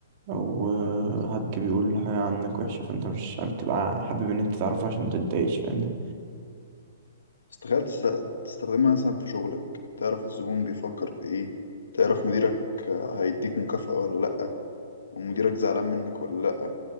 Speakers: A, on the right; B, on the left.
A: أو آه، حد بيقول حاجة عنك وحشة فأنت مش بتبقى حابب إن أنت تعرفها عشان ما تتضايقش فاهمني
B: بس تخيل تست- تستخدمها مثلا في شغلك تعرف الزبون بيفكر في ايه تعرف مديرك هيديك مكافأة ولا لأ ومديرك زعلان منك ولا لأ